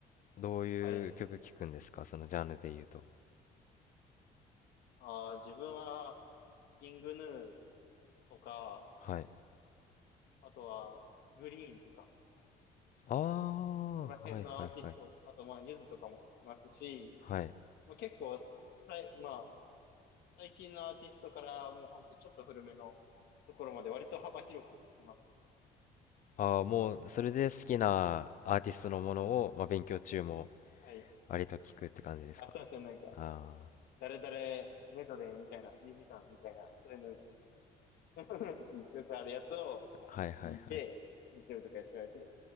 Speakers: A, on the left; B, on the left.
A: どういう曲聴くんですかそのジャンルで言うと。
B: はい。あー自分は結構キングヌーとか、
A: はい。
B: あとはグリーンとか、
A: ああ、
B: そこら辺のアーティスト、
A: はいはいはい。
B: あとまあユズとかも聞きますし、
A: はい。
B: まあ結構さい、まあ最近のアーティストからもうほんとちょっと古めのところまで割と幅広く聞きます。
A: ああ、もう、それで好きなアーティストのものを、まあ、勉強中も
B: はい。
A: 割と聞くって感じですか。
B: あ、そうですね。なんか、
A: あ
B: 誰々メドレーみたいな、2時間みたいな、そういうの <laughs> よくあるやつを、もうほんと聞いて、
A: あ、はいはいはい。
B: YouTube とかで調べて、